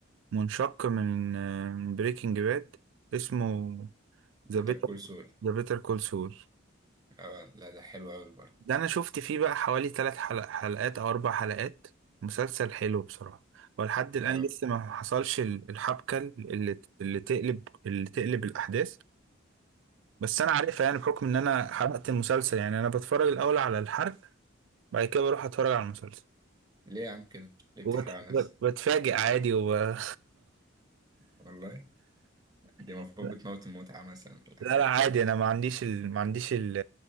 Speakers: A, on the right; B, on the right.
A: منشق من آه بريكنج باد اسمه
B: بيتر
A: ذا بيتر
B: كول سول
A: ذا بيتر كول سول
B: اه لا ده حلو قوي برضه
A: ده انا شفت فيه بقى حوالي ثلاث حلق حلقات او اربع حلقات مسلسل حلو بصراحة ولحد الان
B: اه
A: لسه ما حصلش ال- الحبكة اللي اللي تقلب اللي تقلب الاحداث بس انا عارفها يعني بحكم ان انا حرقت المسلسل يعني انا بتفرج الاول على الحرق بعد كده بروح اتفرج على المسلسل
B: ليه يا عم كده ليه بتحرق
A: وبتفاجئ
B: على نفسك
A: عادي وب...
B: والله دي المفروض
A: <laughs>
B: بتموت المتعة مثلا ولا
A: لا
B: حاجة
A: لا عادي انا ما عنديش ال... ما عنديش ال...